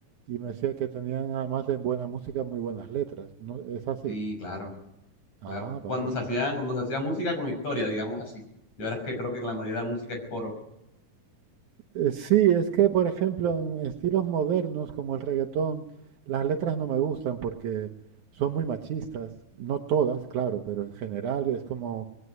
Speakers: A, on the right; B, on the left.
A: y me decía que tenían, además de buena música, muy buenas letras. ¿No, ¿Es así?
B: Sí, claro,
A: Ah,
B: claro.
A: vaya.
B: Cuando se hacía, cuando se hacía música con historia, digamos así. Y ahora es que creo que la mayoría de la música es coro.
A: Eh, sí, es que, por ejemplo, en estilos modernos como el reggaetón, las letras no me gustan porque son muy machistas, no todas, claro, pero en general es como,